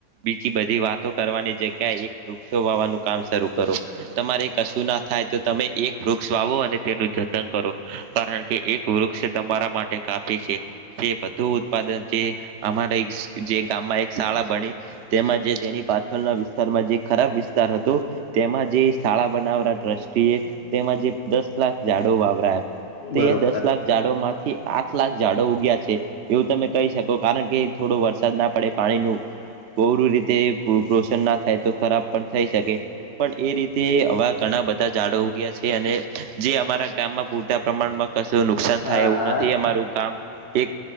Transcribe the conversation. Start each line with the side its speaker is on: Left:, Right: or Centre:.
Right: બીજી બધી વાતો કરવાની જગ્યાએ એક વૃક્ષો વાવાનું કામ શરૂ કરો. તમારે કશું ના થાય તો તમે એક વૃક્ષ વાવો અને તેનું જતન કરો કારણ કે એક વૃક્ષ તમારા માટે કાફી છે.
Left: હ.
Right: જે વધુ ઉત્પાદન જે અમારે જે ગામમાં એક શાળા બની તેમાં જે તેની પાછળના વિસ્તારમાં જે ખરાબ વિસ્તાર હતો. તેમાં જે શાળા બનાવરા ટ્રસ્ટી એ તેમાં જે દસ લાખ ઝાડો વાવરા
Left: બરોબર.
Right: તે દસ લાખ ઝાડોમાંથી આઠ લાખ ઝાડો ઉગ્યા છે. એવું તમે કહી શકો કારણ કે થોડો વરસાદ ના પડે પાણીનું પૂરું રીતે રોષણ ના થાય તો ખરાબ પણ થઈ શકે. પણ એ રીતે હવા ઘણા બધા જાઝાડો ઉગયા છે અને જે અમારા ગામમાં પટા પ્રમાણમાં કશું નુકસાન
Left: હા
Right: થાય એવું
Left: હા
Right: નથી અમારું ગામ એક